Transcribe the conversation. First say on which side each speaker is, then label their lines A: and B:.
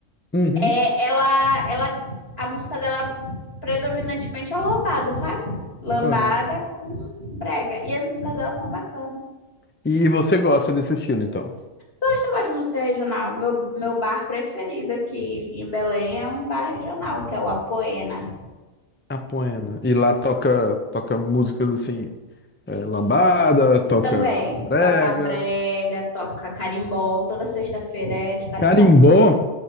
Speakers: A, on the left; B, on the left.
A: Uhum,
B: É, ela, ela, a música dela predominantemente é lambada, sabe? Lambada
A: uhum.
B: com brega. E as músicas dela são bacanas.
A: E você gosta desse estilo, então?
B: Gosto, eu gosto de música regional. Meu, meu bar preferido aqui em Belém é um bar regional, que é o Apoena.
A: Apoena. E lá toca, toca músicas assim, é, lambada, toca
B: Também
A: brega.
B: toca brega, toca carimbó. Toda sexta-feira é de carimbó.
A: Carimbó? O